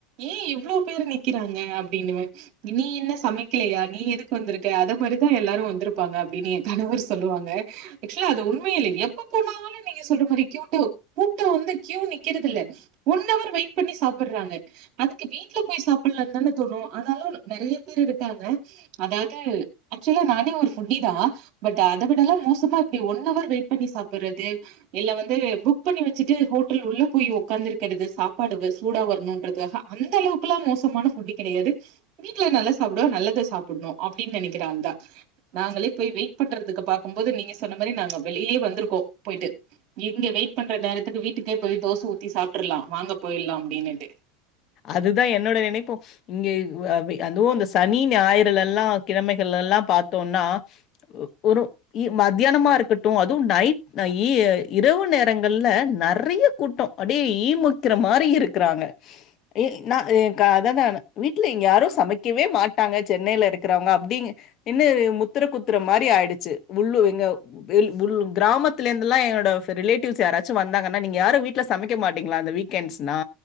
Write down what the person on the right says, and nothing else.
ஏ இவ்ளோ பேரு நிக்கிறாங்க அப்டின்னுவ நீ என்ன சமைக்கலையா நீ எதுக்கு வந்திருக்க அத மாரிதா எல்லாரு வந்திருப்பாங்க அப்பின்னு கணவர் சொல்லுவாங்க ஆக்சுல அது உண்ம இல்லை எப்ப போனாலு நீங்க சொல்ற மாரி க்யூட்டு கூட்ட வந்து கியூ நிக்கறதில்ல ஒன்னவர் வெயிட் பண்ணி சாப்பிறாங்க அதுக்கு வீட்டுல போய் சாப்பிடலனந்தானே தோணு ஆனாலு நெறைய பேர் இருக்காங்க அதது ஆக்சுவலா நானே ஒரு ஃபுட் டி பட் அத விட எல்லாம் மோசமா இப்டி ஒன்னவர் வெயிட் பண்ணி சாப்பறது இல்ல வந்து புக் பண்ணி வச்சட்டு ஹோட்டல் உள்ள போய் உட்காந்துருக்கிறது சாப்பாடு சூடா வரணுன்றதாக அந்த அளவுக்கெல்லா மோசமான ஃபுட்டு் கெடையாது வீட்ல நல்ல சாப்பிடுவ நல்லது சாப்பணு அப்பன்னு நெனைக்கிற அந்த தா நாங்களே போய் வெயிட் பண்றதுக்கு பாக்கும் போது நீங்க சொன்ன மாதிரி நாங்க வெளியிலயே வந்திருக்கோ போயிட்டு இங்க வெயிட் பண்ற நேரத்துக்கு வீட்டுக்கே போயி தோச ஊத்தி சாப்பிட்டுர்லா வாங்க போயிலா அப்படின்னுட்டு